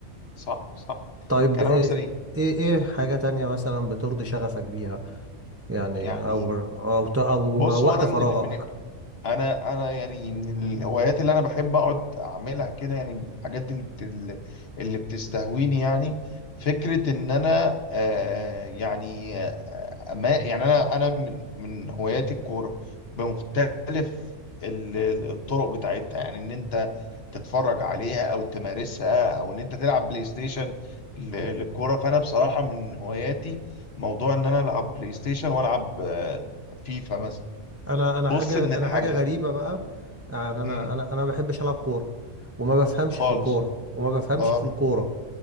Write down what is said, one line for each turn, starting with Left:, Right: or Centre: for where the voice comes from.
Left: صح صح
Right: طيب
Left: كلامك
Right: ايه
Left: سليم
Right: ايه إيه حاجة تانية مثلا بترضي شغفك بيها يعني
Left: يعني
Right: او او ت- او
Left: بص
Right: وقت
Left: هو انا
Right: فراغك
Left: من ال... من انا انا يعني من الهوايات اللي انا بحب اقعد اعملها كده يعني الحاجات دي اللي بت... اللي بتستهويني يعني فكرة ان انا آه يعني آه ما يعني انا انا من من هواياتي الكورة بمختلف ال- الطرق بتاعتها يعني ان انت تتفرج عليها او تمارسها او ان انت تلعب بلاي ستيشن ل- للكوره فانا بصراحه من هواياتي موضوع ان انا العب بلاي ستيشن والعب آه، فيفا مثلا
Right: انا انا
Left: بص
Right: حاجة
Left: من الحاج
Right: انا حاجة غريبة بقى يعني انا
Left: مم.
Right: انا انا ما بحبش العب كورة وما بفهمش
Left: خالص
Right: في الكورة وما بفهمش
Left: اه
Right: في الكورة